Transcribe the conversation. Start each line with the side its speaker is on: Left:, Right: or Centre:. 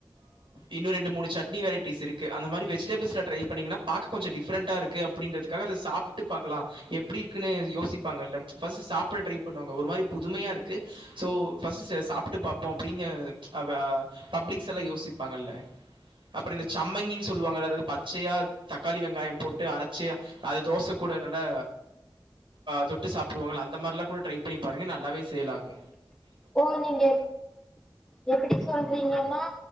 Right: இன்னு ரெண்டு மூனு சட்னி வெரைட்டிஸ் இருக்கு அந்த மாதிரி வெஜிடபிள்ஸில்ல ட்ரை பண்ணிங்கன்னா பாக்க கொஞ்சோ டிஃரெண்டா இருக்கு அப் அப்டின்றதுக்காக அத சாப்ட்டு பாக்லா எப்டி இருக்குன்னு யோசிப்பாங்க இல்ல ஃபஸ்ட்டு சாப்ட ட்ரை பண்ணுவாங்க ஒரு மாதிரி புதுமையா இருக்கு சோ ஃபஸ்ட் சாப்ட்டு பாப்போ அப்டின்னு அ பப்ளிக்ஸ்ல்லா யோசிப்பாங்கல்ல அப்றோ இந்த சம்மங்கின் சொல்லுவாங்கல அதாவ்து பச்சையா தக்காளி வெங்காயோ போட்டு அர ச்சு அது தோச கூட நல்லா தொட்டு சாப்பிடுவாங்கல அந்த மாரிலா கூட ட்ரை பண்ணி பாருங்க நல்லாவே சேல் ஆகு
Centre: ஓ நீங்க எப்டி சொல்றீங்கன்னா